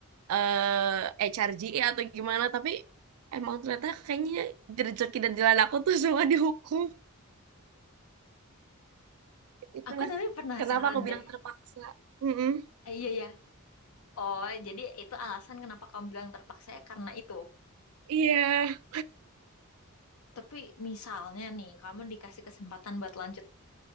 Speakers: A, on the right; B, on the left.
A: eh HRGE atau gimana tapi emang ternyata kayaknya rezeki dan jalan aku tuh <laughs> semua dihukum. Itulah
B: Aku tapi penasaran
A: kenapa aku bilang
B: deh.
A: terpaksa. Mm-mm.
B: Eh, iya ya. Oh, jadi itu alasan kenapa kamu bilang terpaksa ya karena itu.
A: Iya.
B: Tapi misalnya nih, kamu dikasih kesempatan buat lanjut